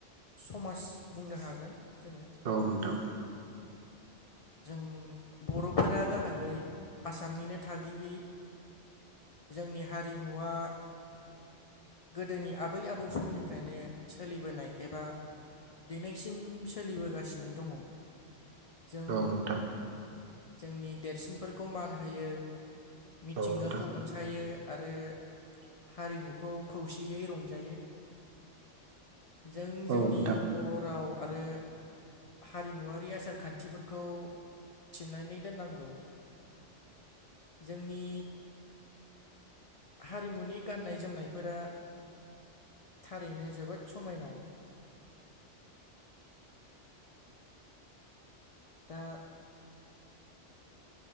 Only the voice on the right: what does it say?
औ नोंथां
औ नोंथां
औ नोंथां
औ नोंथां